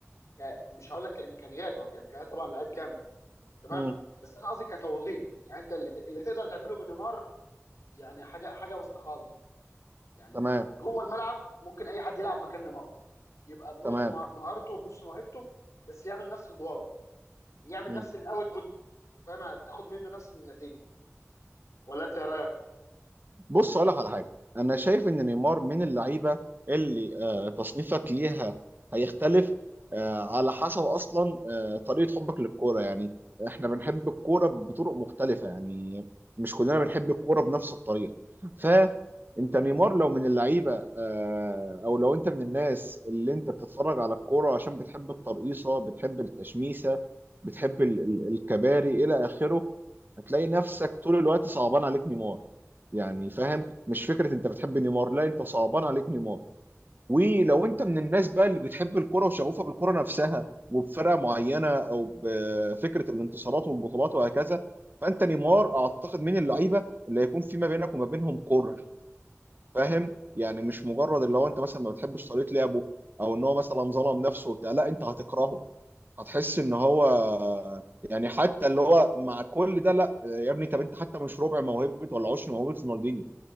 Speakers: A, on the left (about 80°); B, on the right (about 40°).
A: ك- مش هقول لك كامكانيات هو كامكانيات طبعا لعيب جامد تمام
B: امم
A: بس انا قصدي كتوظيف يعني انت اللي, ت- اللي تقدر تعمله بنيمار يعني حاجه حاجه وسط خالص يعني
B: تمام
A: جوه الملعب ممكن اي حد يلعب مكان نيمار يبقى بنص
B: تمام
A: مه- مهارته وبنص موهبته بس يعمل نفس ادواره يعمل
B: مم.
A: نفس الاوتبوت فاهم هتاخد منه نفس النتيجه ولا انت ايه رايك؟
B: بص اقول لك على حاجه انا شايف ان نيمار من اللعيبه اللي آه، تصنيفك ليها هيختلف آه، على حسب اصلا آه، طريقه حبك للكوره يعني احنا بنحب الكوره بطرق مختلفه يعني مش كلنا بنحب الكوره بنفس الطريقه فانت نيمار لو من اللعيبه آه، او لو انت من الناس اللي انت بتتفرج على الكوره عشان بتحب الترقيصه بتحب التشميسه بتحب ال- ال- الكباري الى اخره هتلاقي نفسك طول الوقت صعبان عليك نيمار يعني فاهم مش فكره انت بتحب نيمار لا انت صعبان عليك نيمار ولو انت من الناس بقى اللي بتحب الكرة وشغوفة بالكرة نفسها وبفرقة معينة او بفكرة الانتصارات والبطولات وهكذا فانت نيمار اعتقد من اللعيبة اللي هيكون في ما بينك وما بينهم كره فاهم يعني
A: امم
B: مش مجرد اللي هو انت مثلا ما بتحبش طريقة لعبه او ان هو مثلا ظلم نفسه وبتاع لا انت هتكرهه هتحس ان هو يعني حتى اللي هو مع كل ده لا يا ابني طب انت حتى مش ربع موهبة ولا عشر موهبة رونالدينيو